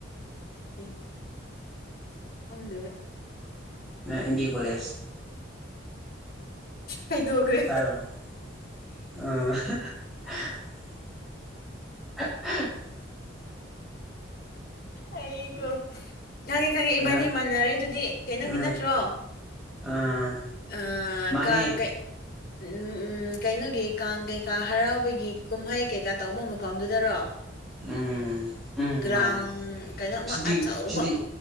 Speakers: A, on the left; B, in the centre.
A: ꯀꯦ ꯈꯪꯗꯦꯕꯣ
B: ꯑꯦꯝꯕꯤ ꯀꯣꯂꯦꯖ
A: ꯍꯥꯏꯗꯣꯛꯒ꯭꯭ꯔꯦ
B: ꯇꯥꯕ꯭ꯔꯥ ꯑ <inaudible>
A: ꯑꯩꯒ ꯈꯪꯉꯦ ꯈꯪꯉꯦ ꯏꯕꯥꯟꯅꯤ
B: ꯉ
A: ꯃꯥꯟꯅꯔꯦ ꯑꯗꯨꯗꯤ ꯀꯩꯅꯣꯒꯤ
B: ꯑ
A: ꯅꯠꯇ꯭ꯔꯣ
B: ꯑ
A: ꯑ
B: ꯃꯥꯅꯦ
A: ꯀꯥꯡꯒ ꯎꯝ ꯎꯝ ꯀꯩꯅꯣꯒꯤ ꯀꯥꯡ ꯀꯩꯀꯥ ꯍꯔꯥꯎꯕꯤꯒꯤ ꯀꯨꯝꯍꯩ ꯀꯩꯀꯥ ꯇꯧꯕ ꯃꯐꯝꯗꯨꯗꯔꯣ
B: ꯎꯝ ꯎꯝ
A: ꯒ꯭ꯔꯥꯎꯟ
B: ꯃꯥꯅꯦ
A: ꯀꯩꯅꯣ ꯑꯃ
B: ꯁꯤꯗꯤ
A: ꯑꯆꯥꯎ
B: ꯁꯤꯗꯤ
A: ꯑꯃ